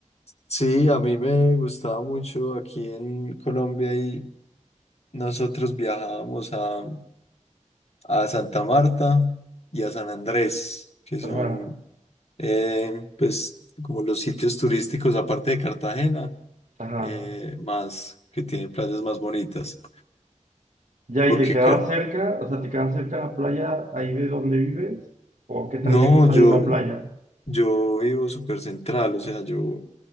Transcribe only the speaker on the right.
Ajá,
ajá.
Ya,
¿y te quedabas
cerca? O sea, ¿te quedabas cerca de la playa ahí de donde vives? ¿O qué tan
lejos hay
una playa?